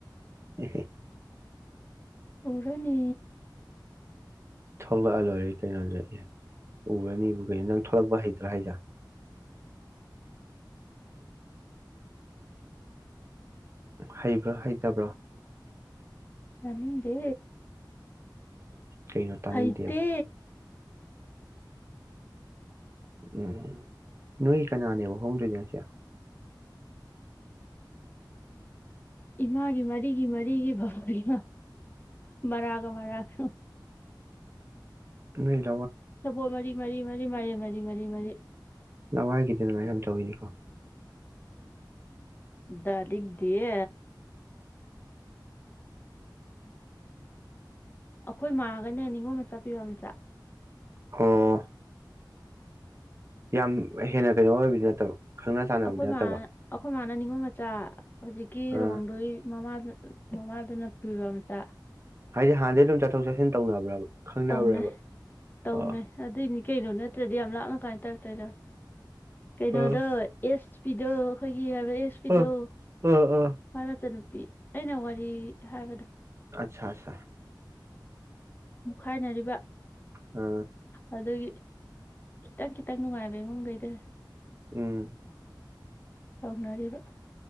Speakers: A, on the right (about 35°); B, on the left (about 25°).
A: ꯎ
B: ꯄꯨꯔꯅꯤ
A: ꯊꯣꯛꯂꯛꯑ ꯂꯣꯏꯔꯦ ꯀꯩꯅꯣꯗ ꯎꯔꯅꯤꯅꯤ ꯅꯪ ꯊꯣꯛꯂꯛꯄ ꯍꯩꯇ꯭ꯔꯥ ꯍꯥꯏꯖ ꯍꯩꯕ꯭ꯔꯥ ꯍꯩꯇꯕ꯭ꯔꯥ
B: ꯅꯅꯤꯗꯦ
A: ꯀꯩꯅꯣ ꯇꯥꯅꯤꯡꯗꯦꯕ
B: ꯑꯥꯏꯇ
A: ꯎꯝ ꯎ ꯅꯣꯏ ꯀꯅꯥꯅꯦꯕ ꯍꯣꯡꯗꯣꯏꯅ ꯉꯁꯦ
B: ꯏꯃꯥꯒꯤ ꯃꯔꯤꯒꯤ ꯃꯔꯤꯒꯤ ꯐꯕꯒꯤ ꯃꯔꯥꯒ ꯃꯔꯥꯒ
A: ꯎꯝ
B: ꯁꯕꯣ ꯃꯔꯤ ꯃꯔꯤ ꯃꯔꯤ ꯃꯔꯤ ꯃꯔꯤ ꯃꯔꯤ ꯃꯔꯤ
A: ꯅꯍꯋꯥꯏꯒꯤꯗꯤ ꯑꯗꯨꯃꯥꯏꯅ ꯌꯥꯝ ꯇꯧꯋꯤꯅꯤꯀꯣ
B: ꯗꯔꯛ ꯗ ꯑꯩꯈꯣꯏ ꯃꯥꯒꯅꯦ ꯅꯤꯉꯣꯜ ꯃꯆꯥ ꯄꯤꯕ ꯃꯆꯥ
A: ꯑꯣ ꯌꯥꯝ ꯍꯦꯟꯅ ꯀꯩꯅꯣ ꯑꯣꯏꯕꯗꯤ ꯅꯠꯇꯕ ꯈꯪꯅ ꯆꯥꯟꯅꯕꯗꯤ
B: ꯑꯩꯈꯣꯏ
A: ꯅꯠꯇꯕ
B: ꯃꯥ ꯑꯩꯈꯣꯏ ꯃꯥꯟꯅꯅꯤꯡꯕ ꯆꯥꯛ ꯍꯧꯖꯤꯛꯀꯤ
A: ꯑꯥ
B: ꯂꯍꯣꯡꯗꯣꯏ ꯃꯃꯥ ꯃꯃꯥꯗꯨꯅ ꯄꯨꯕ ꯃꯆꯥ
A: ꯍꯥꯏꯗꯤ ꯍꯥꯟꯗꯤ ꯑꯗꯨꯝ ꯆꯠꯊꯣꯛ ꯆꯠꯁꯤꯟ ꯇꯧꯅꯕ꯭ꯔꯕ ꯈꯪꯅꯕ꯭ꯔꯕ
B: ꯇꯧꯅꯩ ꯇꯧꯅꯩ
A: ꯑꯣ
B: ꯑꯗꯨꯏꯅꯤ ꯀꯩꯅꯣ ꯅꯠꯇ꯭ꯔꯗꯤ ꯌꯥꯝ ꯂꯥꯛꯅ ꯀꯥꯏꯅ ꯇꯧꯔꯛꯇꯣꯏꯗ ꯀꯩꯅꯣꯗꯁ
A: ꯑꯥ
B: ꯄꯕꯤꯗꯣ ꯑꯩꯈꯣꯏ ꯀ ꯍꯥꯏꯕ ꯑꯦꯁ ꯄꯤꯗꯣ
A: ꯑꯥ ꯑꯥ ꯑꯥ
B: ꯃꯥ ꯅꯠꯇꯅꯨ ꯑꯩꯅ ꯋꯥꯔꯤ ꯍꯥꯏꯕꯗꯣ
A: ꯑꯆꯥ ꯑꯆꯥ
B: ꯃꯨꯈꯥꯏꯅꯔꯤꯕ
A: ꯑꯥ
B: ꯑꯗꯨꯒꯤ ꯈꯤꯇꯪ ꯈꯤꯇꯪ ꯅꯨꯡꯉꯥꯏꯕ ꯏꯃꯨꯡꯈꯩꯗ
A: ꯎꯝ
B: ꯇꯧꯅꯔꯤꯕ